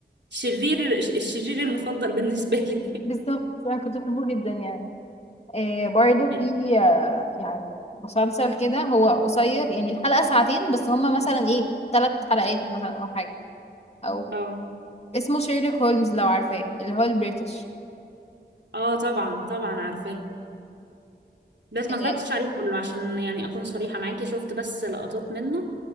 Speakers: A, on the right (about 85°); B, on the left (about 35°).
A: شرير الشرير المفضل بالنسبة لي
B: بالظبط انا كنت بحبه جدا يعني آه، برضو في
A: <laughs>
B: آه، يعني مسلسل كده هو قصير يعني الحلقة ساعتين بس هما مثلا ايه ثلاث حلقات مثلا او حاجة او
A: اه
B: اسمه شيرلوك هولمز لو عارفاه اللي هو البريتش
A: اه طبعا طبعا عارفاه بس
B: آه،
A: ما اتفرجتش عليه كله عشان يعني اكون صريحة معاكي شفت بس لقطات منه